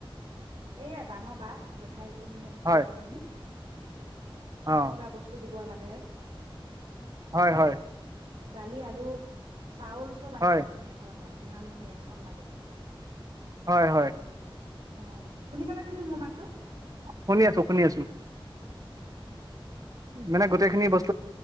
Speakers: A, on the right; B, on the right.
A: এই ডাঙৰ বা, জেঠাই মানে
B: হয়
A: জীয়েক এজনী, তাইক
B: অ
A: কিবা বস্তু দিব লাগে। কে
B: হয়, হয়।
A: দালি, আলু। চাউল চব আনিছে
B: হয়
A: মানে এফালৰ বা যিমান মানে ৰেচন লাগে।
B: হয়, হয়।
A: উম। শুনিছানে তুমি মোৰ মাতটো?
B: শুনি আছো শুনি আছো মানে গোটেইখিনি বস্